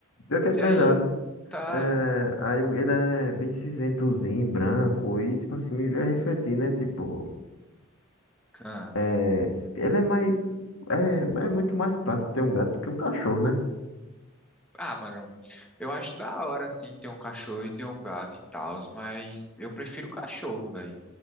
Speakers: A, on the left; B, in the centre.
A: Pior que é
B: E
A: de
B: aí?
A: verdade.
B: Tá.
A: É... Aí ele é bem cinzentozinho, branco, e tipo assim, me veio a refletir, né? Tipo,
B: Ah,
A: é... ele é mais. É... é muito mais prático ter um gato do que um cachorro, né?
B: ah, mano, eu acho da hora, assim, ter um cachorro e ter um gato e tal, mas eu prefiro cachorro, velho.